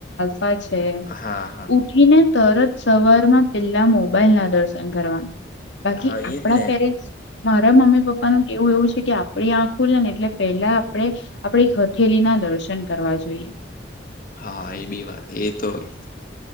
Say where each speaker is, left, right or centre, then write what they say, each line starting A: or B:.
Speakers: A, on the left (about 80°); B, on the left (about 45°).
A: પા છે
B: હા હા
A: ઉઠીને તરત સવારમાં પેલા મોબાઈલ ના દર્શન કરવાના, બાકી
B: હા
A: આપડા
B: એજ ને
A: પેરેન્ટ્ મારા મમ્મી પપ્પાનું, એવું એવું છે, કે આપણી આંખો લ ને એટલે પેલા આપણે આપડી હથેલી ના દર્શન કરવા જોઈએ.
B: હા એ બી વાત એ તોય